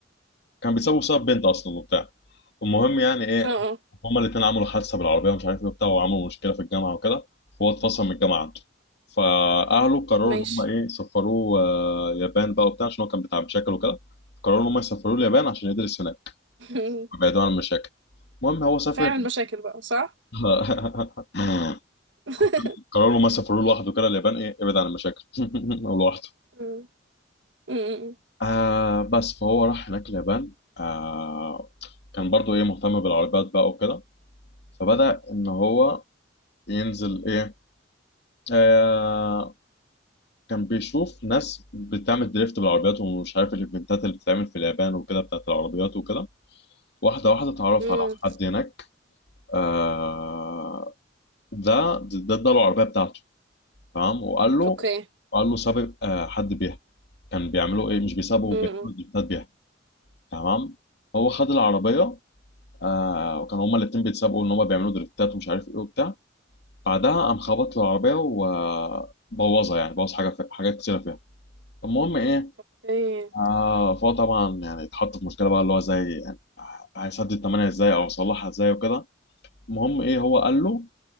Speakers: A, on the left (about 55°); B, on the right (about 65°).
A: بيتسابقوا بسبب بنت اصلا وبتاع المهم يعني ايه
B: اه اه
A: هما الاتنين عملوا حادثه بالعربيه ومش عارف ايه وبتاع وعملوا مشكله في الجامعه وكده فهو اتفصل من الجامعه عنده فاهله قرروا
B: ماشي
A: ان هما ايه سفروه آه، اليابان بقى وبتاع عشان هو كان بتاع مشاكل وكده قرروا ان هما يسافروه اليابان عشان يدرس هناك
B: <laughs>
A: ويبعدوا عن المشاكل المهم هو سافر
B: فاهم المشاكل بقى صح
A: <laughs>
B: <laughs>
A: قرروا ان هما يسافروه لوحده كده اليابان ايه ابعد عن المشاكل <laughs> لوحده
B: امم امم أمم.
A: آه بس فهو راح هناك اليابان آه كان برضو ايه مهتم بالعربيات بقى وكده فبدأ ان هو ينزل ايه آه كان بيشوف ناس بتعمل دريفت بالعربيات ومش عارف الايفنتات اللي بتتعمل في اليابان وكده بتاعت العربيات وكده واحدة واحدة اتعرف
B: أمم.
A: على حد هناك آه ده ده اداله العربية بتاعته تمام وقال له
B: اوكي
A: وقال له سابق آه حد بيها كان بيعملوا ايه مش بيسابقوا
B: امم
A: بيعملوا دريفتات بيها تمام هو خد العربية آه وكانوا هما الاتنين بيتسابقوا ان هما بيعملوا دريفتات ومش عارف ايه وبتاع بعدها قام خبط له العربيه وبوظها يعني بوظ حاجه في حاجات كتيره فيها المهم ايه
B: اوكي
A: آه فهو طبعا يعني اتحط في مشكله بقى اللي هو زي يعني هيسدد الثمانيه ازاي او يصلحها ازاي وكده المهم ايه هو قال له